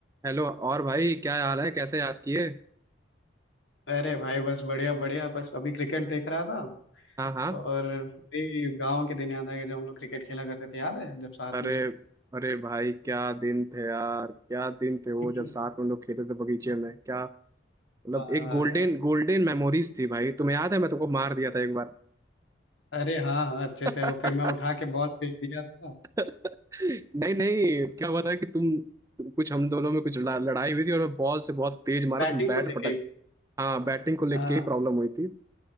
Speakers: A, on the right; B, on the left.
A: Hello और भाई क्या हाल है कैसे याद किए
B: अरे भाई बस बढ़िया बढ़िया बस अभी क्रिकेट देख रहा था
A: हाँ हाँ
B: और वही गांव के दिन याद आ गया जब हम लोग क्रिकेट खेला करते थे याद है जब साथ
A: अरे
B: में
A: अरे भाई क्या दिन थे यार क्या दिन थे वो
B: <laughs>
A: जब साथ में हम लोग खेलते थे बगीचे में क्या मतलब
B: हाँ
A: एक गोल्डन
B: यार
A: गोल्डन मेमोरीज थी भाई तुम्हें याद है मैं तुमको मार दिया था एक बार
B: अरे हाँ हाँ अच्छे से
A: <laughs>
B: वो फिर मैं उठा के बॉल फेंक दिया था
A: नहीं नहीं क्या हुआ था कि तुम, तुम कुछ हम दोनों में कुछ लड़ा, लड़ाई हुई थी और मैं बॉल से बहुत तेज मारा
B: बैटिंग
A: तुम बैट
B: को लेके
A: पटक
B: ही।
A: हाँ बैटिंग को लेके
B: हाँ
A: ही प्रॉब्लम हुई थी